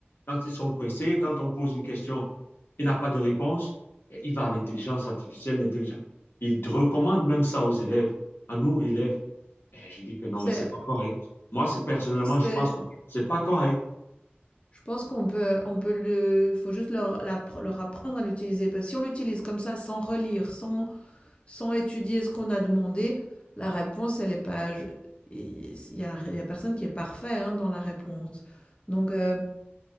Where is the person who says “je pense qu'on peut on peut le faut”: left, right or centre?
Left